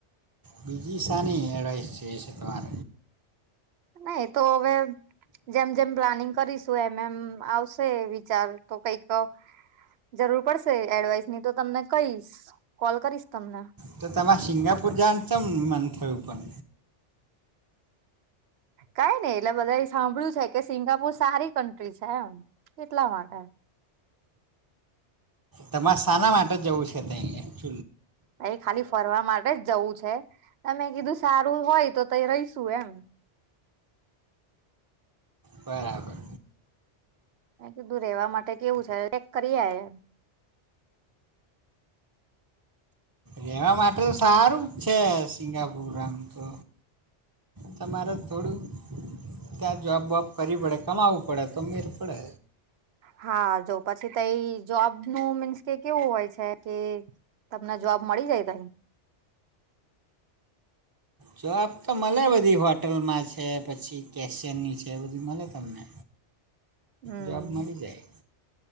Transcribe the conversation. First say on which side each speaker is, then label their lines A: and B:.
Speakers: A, on the right (about 20°); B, on the right (about 65°).
A: બીજી સાની એડવાઈસ છે એ છે તમાર
B: હા એ તો હવે જેમ જેમ પ્લાનિંગ કરીશું એમ એમ આવશે વિચાર તો કંઈક અ જરૂર પડશે એડવાઈસ નીતો તમને કહીશ કોલ કરીશ તમને
A: તો તમારે સિંગાપુર
B: હા તો
A: જવાનું ચમ મન થયું પણ
B: કાઈ નહિ એટલે બધા એ સાંભળ્યું છે કે સિંગાપુર સારી કન્ટ્રી છે એમ એટલા માટે
A: તમારે શાના માટે જવું છે તે અહીંયા
B: એ ખાલી ફરવા માટે જ જવું છે તમે કીધું સારું હોય તો તય રહીશું એમ
A: બરાબર
B: તું રહેવા માટે કેવું છે ચેક કરી આયા
A: રેવા માટે તો સારું જ છે સિંગાપુર આમ તો તમારે થોડુંક ત્યાં જોબ વોબ કરવી પડે કમાવું પડે તો મેડ પડે
B: હા જો પછી તો એ જોબનું મીન્સ કે કેવું હોય છે કે તમને જવાબ મળી જાય પહિ
A: જોબ તો મળે બધી હોટલમાં છે, પછી કેશિયનની છે, બધી મળે તમને
B: હું.
A: જોબ મળી જાય